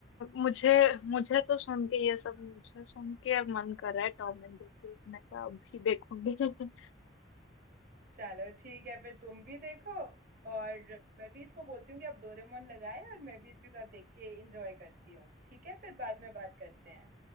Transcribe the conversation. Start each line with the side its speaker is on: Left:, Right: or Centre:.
Left: मुझे मुझे तो सुन के ये सब मुझे सुन के मन कर रहा है टॉम एंड जेरी देखने का अभी देखूंगी <laughs>
Right: चलो ठीक है फिर तुम भी देखो और मैं भी इसको बोलती हूँ कि आप डोरेमोन लगाए और मैं भी इसके साथ देख के एंजॉय करती हूँ ठीक है फिर बाद में बात करते हैं